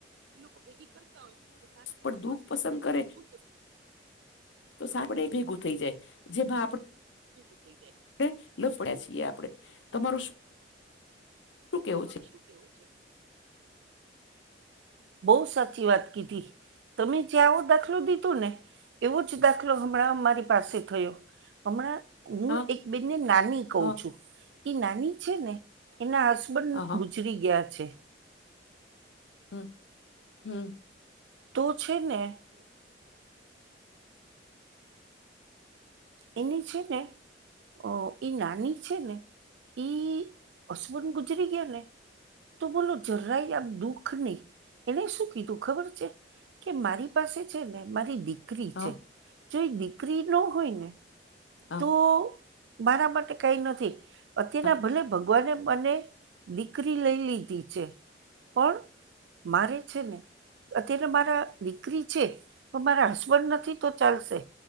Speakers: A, on the right; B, on the left.
A: એ લોકો ભેગી કરતા હોય
B: પણ દુઃખ પસંદ કરે
A: તો
B: તો સાપડે ભેગું થઈ જાય જે ભ આપડ
A: ગુતેી છે.
B: આપ લફડ્યા છીએ આપણે તમારું શું કેવું
A: તમારું
B: છે
A: શું કેવું છે. બહ સાચી વાત કીધી તમે જ્યાં આવ દખ દાલો દીધો ને એવો જ દાખલો હમણાં અમારી પાસે થયો હમણાં હું
B: હા
A: એક બેનને નાની કહ
B: હા
A: છું એ નાની છે ને એના હસબન્ડ.
B: હા હા
A: શ્રી ગયા છે.
B: હમ હમ
A: તું છે ને એની છે ને ઓ ઈ નાની છે ને ઈ અશબન ગુજરી ગયા ને તો બોલો જરાય આમ દુઃખ નહી એને શું કીધું ખબર છે. કે મારી પાસે છે ને મારી દીકરી
B: હા
A: છે જો એ દીકરી ન હોય ને
B: હા
A: તોું મારા માટે કઈ નથી અત્યારના
B: હા
A: ભલે ભગવાને મને દીકરી લઈ લીધી છે પણ મારે છેને અત્યારે મારા દીકરી છે પણ મારા હસબન્ડ નથી તો ચાલશે